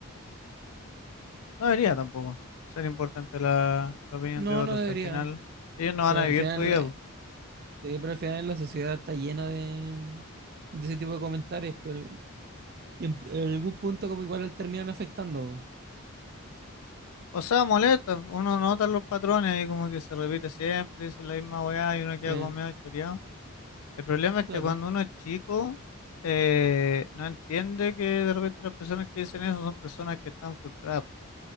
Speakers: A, on the left; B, on the right.
A: No debería tampoco ser importante la, la opinión
B: No,
A: de otros.
B: no debería.
A: si Al final, ellos no van
B: Pero
A: a vivir
B: al final,
A: tu vida,
B: eh,
A: po.
B: sí, pero al final la sociedad está llena de, de ese tipo de comentarios, pero en en algún punto como igual terminan afectando. po.
A: O sea, molesta, uno nota los patrones ahí como que se repite siempre, dice la misma weá y uno queda
B: Sí,
A: como medio choreado. El problema es
B: claro.
A: que cuando uno es chico, eh, no entiende que de repente las personas que dicen eso son personas que están frustradas, po,